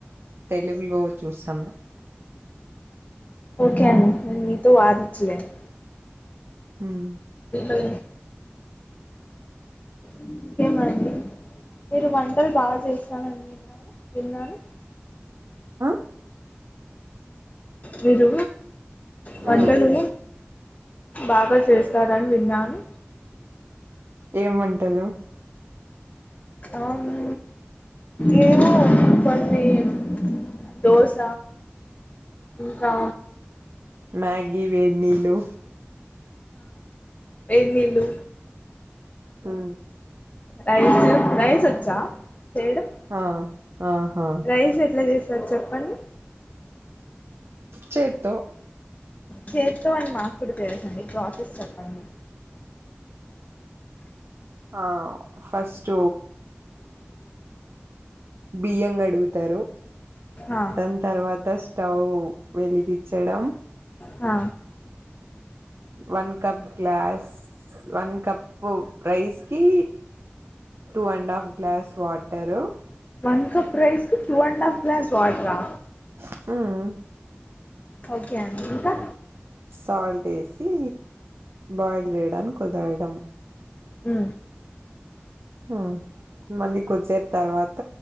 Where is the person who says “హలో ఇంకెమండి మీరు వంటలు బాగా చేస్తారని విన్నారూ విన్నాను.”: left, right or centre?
Left